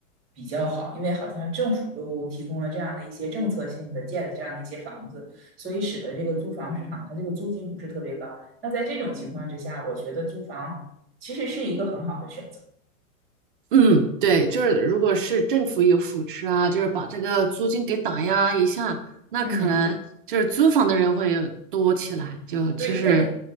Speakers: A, in the centre; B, on the right.
A: 比较好，因为好像政府又提供了这样的一些政策性的建的这样的一些房子，所以使得这个租房市场它这个租金不是特别高。那在这种情况之下，我觉得租房其实是一个很好的选择。
B: 嗯，对，就是如果是政府有扶持啊，就是把这个租金给打压一下，那可能就是租房的人会多起来。
A: 嗯，
B: 就其实，
A: 对，但